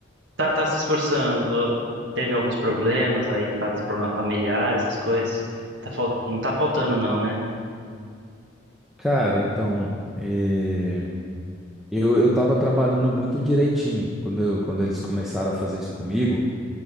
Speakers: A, on the right; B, in the centre.
A: tá, tá se esforçando. ó, Teve alguns problemas aí por causa dos problemas familiares, essas coisas. Tá fal... Não tá faltando, não, né?
B: Cara, então, eh, eu, eu tava trabalhando muito direitinho quando, eu- quando eles começaram a fazer isso comigo.